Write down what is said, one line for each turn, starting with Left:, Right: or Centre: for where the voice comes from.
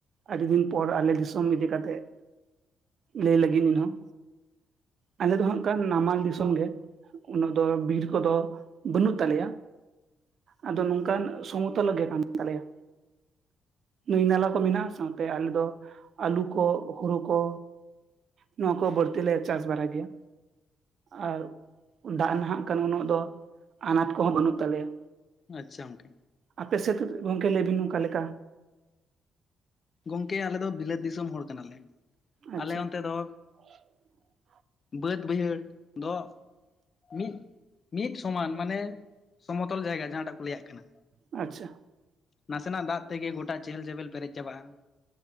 Right: ᱟᱹᱰᱤ ᱫᱤᱱ ᱯᱚᱨ ᱟᱞᱮ ᱫᱤᱥᱚᱢ ᱤᱫᱤ ᱠᱟᱛᱮᱫᱼᱼ ᱞᱟᱹᱭ ᱞᱟᱹᱜᱤᱫ ᱤᱧᱦᱚᱸ, ᱟᱞᱮ ᱫᱚ ᱦᱟᱸᱜ ᱠᱷᱟᱱ ᱱᱟᱢᱟᱞ ᱫᱤᱥᱚᱢ ᱜᱮ, ᱩᱱᱟᱹᱜ ᱫᱚ ᱵᱤᱨ ᱠᱚᱫᱚ ᱵᱟᱹᱱᱩᱜ ᱛᱟᱞᱮᱭᱟ ᱟᱫᱚ ᱱᱚᱝᱠᱟᱱ ᱥᱚᱢ ᱯ <unintelligible> ᱞᱜᱭᱟ ᱠᱟᱱᱟᱱ ᱛᱟᱞᱭᱟ ᱱᱟᱹᱭ ᱱᱟᱞᱟ ᱠᱚ ᱢᱮᱱᱟᱜᱼᱟ ᱥᱟᱣᱛᱮ ᱟᱞᱮ ᱫᱚ ᱟᱹᱞᱩ ᱠᱚ ᱦᱳᱲᱳ ᱠᱚᱼᱼ ᱱᱚᱣᱟ ᱠᱚ ᱵᱟᱹᱲᱛᱤ ᱞᱮ ᱪᱟᱥ ᱵᱟᱲᱟ ᱜᱮᱭᱟ᱾ ᱟᱨ ᱫᱟᱜ ᱱᱟᱦᱟᱜ ᱠᱟᱱᱟ ᱩᱱᱟᱹᱜ ᱫᱚ ᱟᱱᱟᱴ ᱠᱚᱦᱚᱸ ᱵᱟᱹᱱᱩᱜ ᱛᱟᱞᱮᱭᱟ᱾
Left: ᱟᱪᱪᱷᱟ, ᱜᱚᱝᱠᱮ
Right: ᱟᱯᱮ ᱥᱮ ᱜᱚᱝᱠᱮ ᱞᱟᱹᱭ ᱵᱤᱱ ᱚᱠᱟ ᱞᱮᱠᱟ?
Left: ᱜᱚᱝᱠᱮ ᱟᱞᱮ ᱫᱚ ᱵᱤᱞᱟᱹᱛ ᱫᱤᱥᱚᱢ ᱦᱚᱲ ᱠᱟᱱᱟᱞᱮ
Right: ᱟᱪᱪᱷᱟ
Left: ᱟᱞᱮ ᱚᱱᱛᱮ ᱫᱚᱼᱼ
Right: <unintelligible>
Left: ᱵᱟᱹᱫᱽ ᱵᱟᱹᱭᱦᱟᱹᱲ ᱫᱚᱼᱼ ᱢᱤᱫ ᱢᱤᱫ ᱥᱚᱢᱟᱱ ᱢᱟᱱᱮ ᱥᱚᱢᱚᱛᱚᱞ ᱡᱟᱭᱜᱟ ᱡᱟᱦᱟᱸᱴᱟᱜ ᱠᱚ ᱞᱟᱹᱭᱟᱜ ᱠᱟᱱᱟ᱾
Right: ᱟᱪᱪᱷᱟ,
Left: ᱱᱟᱥᱮᱱᱟᱜ ᱫᱟᱜ ᱛᱮᱜᱮ ᱜᱚᱴᱟ ᱪᱮᱦᱮᱞ ᱪᱮᱵᱮᱞ ᱯᱮᱨᱮᱡ ᱪᱟᱵᱟᱜᱼᱟ,